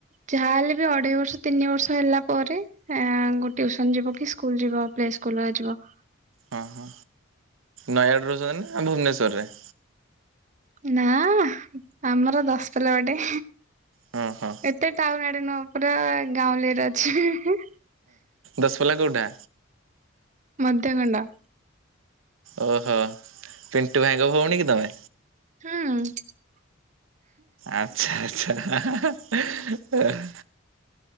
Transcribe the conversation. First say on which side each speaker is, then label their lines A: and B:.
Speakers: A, on the right; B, on the right.
A: ଯାହାହେଲେ ବି ଅଢେଇ ବର୍ଷ ତିନି ବର୍ଷ ହେଲା ପରେ। ଏଆ ଟିଉସନ ଯିବ କି ସ୍କୁଲ ଯିବ ପ୍ଲେ ସ୍କୁଲୁ ଆ ଯିବ।
B: ହଁ ହଁ ନୟାଗଡ଼ ରେ ରହୁଛନ୍ତି ନା ଭୁବନେଶ୍ୱରରେ।
A: ନା ଆମର ଦଶ ପଲା ବାଟେ।
B: ହଁ ହଁ
A: ଏତେ ଟାଉନୁ ଆଡେ ନୁହ ପୁରା ଗାଉଁଲି ରେ ଅଛି।
B: ଦଶ ପଲା କୋଉଟା।
A: ମଦ୍ୟ ଗଣ୍ଡା।
B: ଓହୋ ପିଣ୍ଟୁ ଭାଇ ଙ୍କ ଭଉଣୀ କି ତମେ।
A: ହୁଁ।
B: ଆଚ୍ଛା ଆଚ୍ଛା।